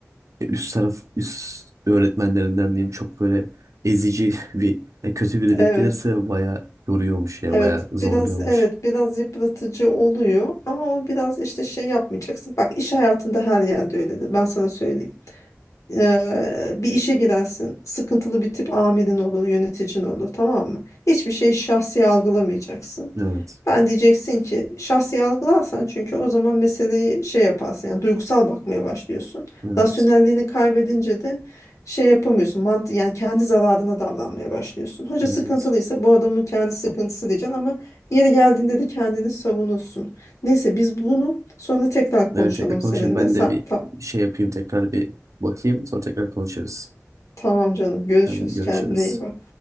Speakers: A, on the right (about 75°); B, on the left (about 75°).
A: e, üst taraf üst öğretmenlerinden diyeyim çok böyle ezici <laughs> bir e, kötü biri denk
B: Evet.
A: gelirse bayağı yoruyormuş ya
B: Evet
A: bayağı zorluyormuş.
B: biraz evet biraz yıpratıcı oluyor ama o biraz işte şey yapmayacaksın. Bak iş hayatında her yerde öyledir ben sana söyleyeyim. Ee, bir işe girersin sıkıntılı bir tip amirin olur yöneticin olur tamam mı? Hiçbir şeyi şahsi algılamayacaksın.
A: Evet.
B: Ben diyeceksin ki şahsi algılarsan çünkü o zaman meseleyi şey yaparsın yani duygusal bakmaya başlıyorsun.
A: Evet.
B: Rasyonelliğini kaybedince de şey yapamıyorsun mantı yani kendi zararına davranmaya başlıyorsun. Hoca
A: Evet.
B: sıkıntılıysa bu adamın kendi sıkıntısı diyeceksin ama yeri geldiğinde de kendini savunursun. Neyse biz bunu sonra tekrar konuşalım
A: Evet tekrar konuşalım.
B: seninle.
A: Ben
B: Sa-
A: de bir
B: ta-
A: şey yapayım tekrar bir bakayım sonra tekrar konuşuruz.
B: tamam canım görüşürüz
A: Tamam, görüşürüz.
B: kendine iyi bak.